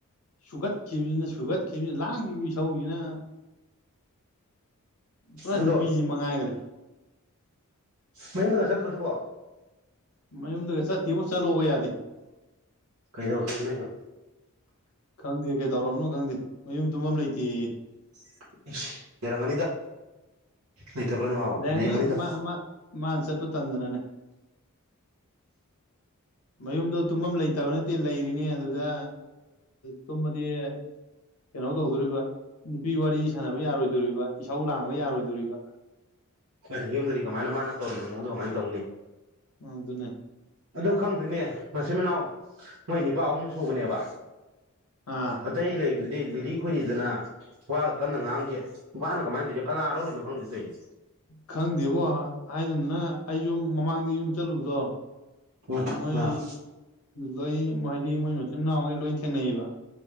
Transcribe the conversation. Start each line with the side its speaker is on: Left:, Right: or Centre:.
Left: ꯁꯨꯒꯠꯈꯤꯕꯁꯤꯅ ꯁꯨꯒꯠꯈꯤꯕꯁꯤꯅ ꯂꯥꯡꯈꯤꯕ ꯏꯁꯧꯁꯤꯅ ꯄꯨꯔꯥ
Right: ꯑꯗꯣ
Left: ꯅꯨꯄꯤꯁꯤ ꯃꯉꯥꯏꯈ꯭ꯔꯦ
Right: ꯃꯌꯨꯝꯗꯒ ꯆꯠꯇ꯭ꯔ ꯑꯗꯨꯕꯣ
Left: ꯃꯌꯨꯝꯗꯒ ꯆꯠꯇꯦꯕꯣ ꯆꯂꯣꯕ ꯌꯥꯗꯦ
Right: ꯀꯩꯗꯧ ꯀꯩꯅꯣ ꯍꯥꯏꯁꯤꯕꯣ
Left: ꯈꯪꯗꯦ ꯀꯩꯗꯧꯔꯝꯅꯣ ꯈꯪꯗꯦ ꯃꯌꯨꯝ ꯇꯨꯝꯐꯝ ꯂꯩꯇꯦꯌꯦ
Right: ꯑꯁ ꯂꯩꯔꯝꯒꯅꯤꯗ ꯂꯩꯇꯕ꯭ꯔꯥꯅꯦ ꯃꯥꯕꯣ
Left: ꯂꯩꯔꯝꯒꯅꯤ
Right: ꯂꯩꯔꯝꯒꯅꯤꯗ
Left: ꯃꯥ ꯃꯥ ꯃꯥꯅ ꯆꯠꯄ ꯇꯟꯗꯅꯥꯅꯦ ꯃꯌꯨꯝꯗꯣ ꯇꯨꯝꯐꯝ ꯂꯩꯇꯕ ꯅꯠꯇꯦ ꯂꯩꯔꯤꯅꯤ ꯑꯗꯨꯗ ꯇꯨꯝꯃꯗꯤ ꯀꯩꯅꯣ ꯇꯧꯗꯣꯔꯤꯕ ꯅꯨꯄꯤ ꯋꯥꯔꯤ ꯁꯥꯟꯅꯕ ꯌꯥꯔꯣꯏꯗꯧꯔꯤꯕ ꯏꯁꯧ ꯂꯥꯡꯕ ꯌꯥꯔꯣꯏꯗꯧꯔꯤꯕ
Right: ꯍꯣꯏꯅꯦ ꯌꯨꯝꯗꯗꯤ ꯀꯃꯥꯏꯅ ꯃꯥꯅ ꯇꯧꯔꯤꯕ ꯃꯑꯣꯡꯗꯣ ꯀꯃꯥꯏꯅ ꯇꯧꯅꯤ
Left: ꯑꯝ ꯑꯗꯨꯅꯦ
Right: ꯑꯗꯨ ꯈꯪꯗꯔꯦꯅꯦ ꯃꯆꯤꯟ ꯃꯅꯥꯎ ꯃꯣꯏ ꯅꯤꯄꯥ ꯑꯍꯨꯝ ꯁꯨꯕꯅꯦꯕ
Left: ꯑꯥ
Right: ꯑꯇꯩ ꯂꯩꯕꯗꯨꯗꯤ ꯂꯤꯔꯤ ꯈꯣꯏꯔꯤꯗꯅ ꯋꯥꯒ ꯀꯟꯅ ꯉꯥꯡꯒꯦ ꯃꯥꯅ ꯀꯃꯥꯏꯅ ꯇꯧꯔꯤꯅꯣ ꯀꯅꯥ ꯂꯧꯔꯤꯅꯣ ꯈꯪꯗꯦ ꯇꯧꯏꯁꯦ
Left: ꯈꯪꯗꯦꯕꯣ ꯍꯥꯏꯒꯨꯝꯗ ꯑꯩꯁꯨꯨꯝ ꯃꯃꯥꯡꯗ ꯌꯨꯝ ꯆꯠꯂꯨꯕꯗꯣ
Right: ꯎꯝ
Left: ꯃꯣꯏ
Right: ꯑꯥ
Left: ꯂꯣꯏ ꯍꯥꯏꯗꯤ ꯃꯣꯏ ꯃꯆꯤꯟꯅꯥꯎꯈꯩ ꯂꯣꯏ ꯊꯦꯡꯅꯩꯕ